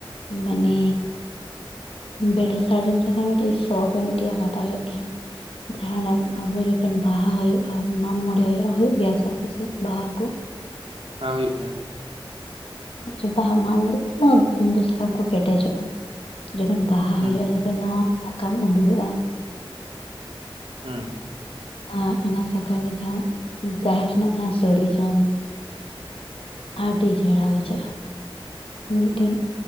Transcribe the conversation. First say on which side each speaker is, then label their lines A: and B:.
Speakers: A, on the left; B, on the right.
A: ᱢᱟᱱᱮ ᱵᱮᱨᱮᱞ ᱥᱟᱨᱡᱚᱢ ᱥᱟᱠᱟᱢ ᱢᱤᱫᱴᱤᱡ ᱥᱚ ᱢᱤᱫᱴᱮᱱ ᱟᱞᱟᱫᱟ ᱦᱩᱭᱩᱜ ᱜᱮᱭᱟ᱾ ᱡᱟᱦᱟᱱᱟᱜ ᱟᱵᱚ ᱡᱚᱠᱷᱚᱱ ᱵᱟᱦᱟ ᱦᱩᱭᱩᱜᱼᱟ᱾ ᱢᱟᱜ ᱢᱚᱬᱮ ᱦᱩᱭᱩᱜᱼᱟ ᱜᱮᱭᱟ ᱥᱮ ᱟᱯᱮ ᱥᱮᱫ ᱵᱟᱦᱟ ᱠᱚ
B: ᱦᱮᱸ ᱦᱩᱭᱩᱜ ᱜᱮᱭᱟ᱾
A: ᱦᱮᱸ ᱵᱟᱦᱟ ᱢᱟᱜᱢᱚᱬᱮ ᱛᱮᱫᱚ ᱥᱟᱠᱟᱢ ᱠᱚ ᱠᱮᱴᱮᱡᱚᱜᱼᱟ᱾ ᱡᱚᱠᱷᱚᱱ ᱵᱟᱦᱟ
B: ᱦᱩᱸ
A: ᱦᱩᱭᱩᱜᱼᱟ᱾
B: ᱦᱩᱸ
A: ᱡᱚᱠᱷᱚᱱ ᱱᱟᱣᱟ ᱥᱟᱠᱟᱢ ᱩᱰᱩᱠᱚᱜᱼᱟ᱾
B: ᱦᱮᱸ
A: ᱟᱨ ᱚᱱᱟ ᱥᱟᱠᱟᱢ ᱨᱮ ᱡᱟᱦᱟᱸ ᱡᱟᱦᱮᱨ ᱨᱮᱱᱟᱜ ᱡᱟᱦᱟᱸ ᱥᱳᱚᱲᱮ ᱡᱚᱢ ᱟᱹᱰᱤ ᱪᱮᱲᱟ ᱵᱩᱡᱷᱟᱹᱜᱼᱟ᱾ ᱢᱤᱫᱴᱮᱱ